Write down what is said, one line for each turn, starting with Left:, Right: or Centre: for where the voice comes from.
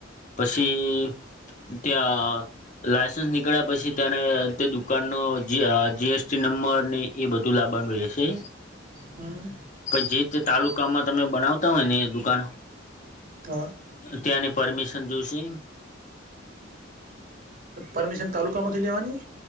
Left: પછી ત્યાં લાયસન્સ નીકળ્યા પછી તેને તે દુકાનનો જીએસટી નંબર ની એ બધું લાબા નું રહેશે.
Right: હમ
Left: પછ જે તે તાલુકામાં તમે બનાવતા હોય ને એ દુકાન
Right: હા
Left: ત્યાંની પરમિશન જોશે.
Right: પરમિશન તાલુકામાંથી લેવાની.